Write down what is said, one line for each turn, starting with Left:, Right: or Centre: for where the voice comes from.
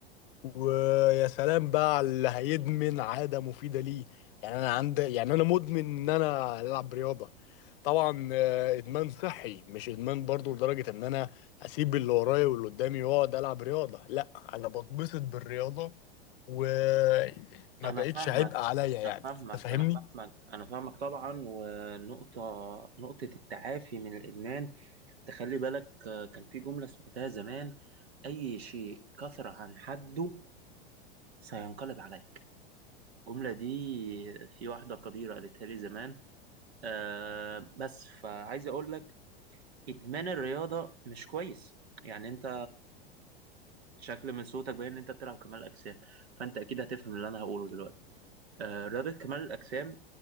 Left: ويا سلام بقى على اللي هيدمن عادة مفيدة ليه يعني انا عند يعني انا مدمن ان انا العب رياضة طبعا آه، ادمان صحي مش ادمان برضو لدرجة ان انا اسيب اللي ورايا واللي قدامي واقعد العب رياضة لا انا بتبسط بالرياضة وما
Right: انا
Left: بقتش
Right: فاهمك
Left: عبء عليا يعني
Right: انا فاهمك
Left: أنت فاهمني
Right: انا فاهمك انا فاهمك طبعا ونقطة نقطة التعافي من الادمان تخلي بالك آه، كان في جملة سمعتها زمان اي شيء كثر عن حده سينقلب عليك الجملة دي في واحدة قديرة قالتها لي زمان آه بس فعايز اقول لك ادمان الرياضة مش كويس يعني انت شكل من صوتك باين ان انت بتلعب كمال اجسام فانت اكيد هتفهم اللي انا هقوله دلوقتي آه، رياضه كمال الاجسام